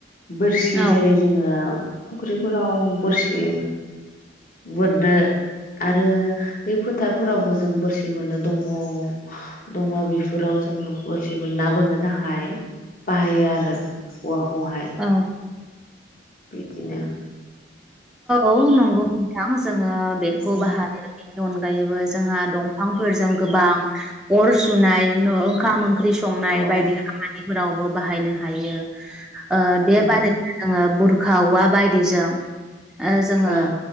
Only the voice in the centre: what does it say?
औ
औ
औ नंगौ नोंथां जोङो बेखौ
बाहायो नि अनगायैबो जोंहा दंफांफोरजों गोबां अर सुनाय नो ओंखाम ओंख्रि संनाय
बायदि खामानिफोराव बो बाहायनो हायो ओ
बेबादियैनो जोङो बुरखा औवा बाय दिजों जोङो